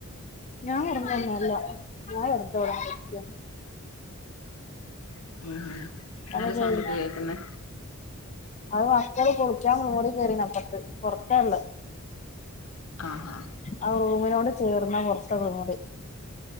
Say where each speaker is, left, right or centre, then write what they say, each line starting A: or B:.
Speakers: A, on the left; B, on the left.
A: ഞാൻ കെടന്നുറങ്ങല്ല ഞാൻ വെറുതെ ഇവിടിങ്ങനെ ഇരിക്കാണ്
B: ഉം
A: പണിക്കെകഴിഞ്ഞോ
B: നല്ല സൗണ്ടൊക്കെ കേൾക്കുന്നെ
A: അത് മക്കള് കുളിക്കാന് ഓടികേറിന് അപ്പം പൊറത്തെള്ള്
B: ആഹ് ഹാ
A: ആ റൂമിനോട് ചേർന്ന പുറത്തെ കുളിമുറി